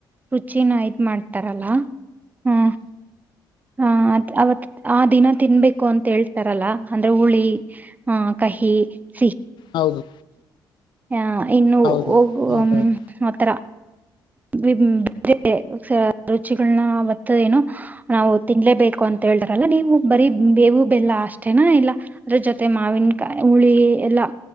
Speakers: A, on the right (about 20°); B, on the left (about 65°).
A: ರುಚಿನ ಇದ್ ಮಾಡ್ತಾರಲ್ಲ ಹ್ಮ ಹಾ ಅದ ಅವತ್ ಆ ದಿನ ತಿನ್ಬೇಕು ಅಂತ ಹೇಳ್ತ ತರಲ್ಲ ಅಂದ್ರೆ ಹುಳಿ ಆ ಕಹಿ ಸಿಹಿ
B: ಹೌದು
A: ಆ ಇನ್ನು
B: ಹೌದು
A: ಒಬ
B: ಹೌದೌದು
A: ಹ್ಮ್ ಆತರ ಬಿಂ ಬೇರೆ ರುಚಿಗಳನ್ನ ಬರ್ತ್ತದೇನು ನಾವು ತಿನ್ಲೇಬೇಕು ಅಂತ ಹೇಳಿದ್ರಲ್ಲ ನೀವು ಬರೀ ಬೇವು ಬೆಲ್ಲ ಅಷ್ಟೇನಾ ಇಲ್ಲ ಅದ್ರ ಜೊತೆ ಮಾವಿನಕಾಯಿ ಹುಳಿ ಎಲ್ಲಾ